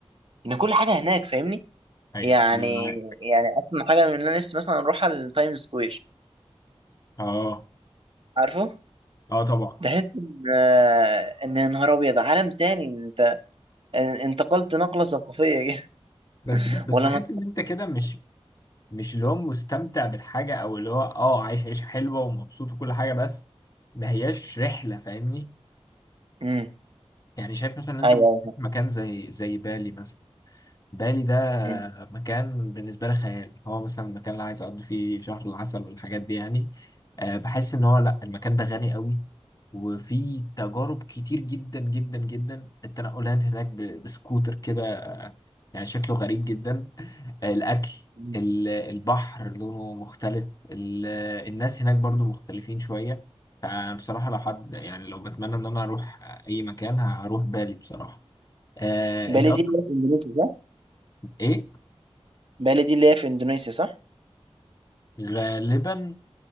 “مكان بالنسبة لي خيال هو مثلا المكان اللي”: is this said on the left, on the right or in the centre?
Left